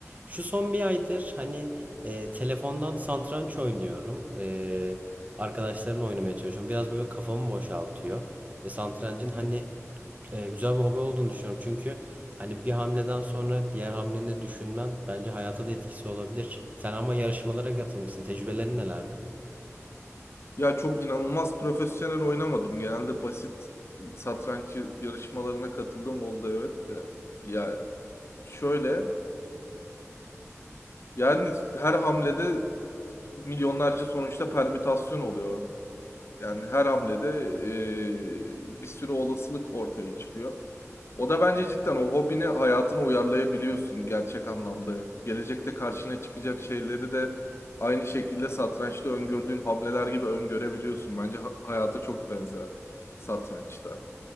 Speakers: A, on the right; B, on the left.
A: Şu son bir aydır hani e, telefondan satranç oynuyorum. E, arkadaşlarımla oynamaya çalışıyorum. Biraz böyle kafamı boşaltıyor. Ve satrancın
B: hı. hı.
A: hani e, güzel bir hobi olduğunu düşünüyorum. Çünkü hani bir hamleden sonra diğer hamleni de düşünmen bence hayata da etkisi olabilir. Sen ama yarışmalara katılmışsın. Tecrübelerin nelerdi?
B: Ya çok inanılmaz profesyonel oynamadım. Genelde basit satranç yarışmalarına katıldım oldu evet de. Ya şöyle yani her hamlede milyonlarca sonuçta permütasyon oluyor. Yani her hamlede eee, bir sürü olasılık ortaya çıkıyor. O da bence cidden o hobini hayatına uyarlayabiliyorsun gerçek anlamda. Gelecekte karşına çıkacak şeyleri de aynı şekilde satrançta öngördüğün hamleler gibi öngörebiliyorsun. Bence ha- hayata çok benzer satrançta.